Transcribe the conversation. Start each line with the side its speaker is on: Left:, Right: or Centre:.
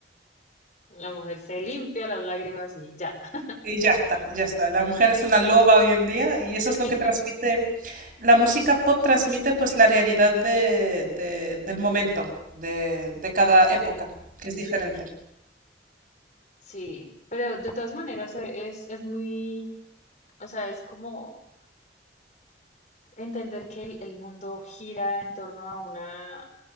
Left: La mujer se limpia las lágrimas y ya. <laughs>
Right: Y ya está, ya está. La mujer es una loba hoy en día y eso
Left: Sí,
Right: es lo que transmite, la música pop transmite pues la realidad de, de- del momento, de, de cada época, que es diferente.
Left: sí. Pero de todas maneras eh, es, es muy, o sea, es como entender que el, el mundo gira en torno a una,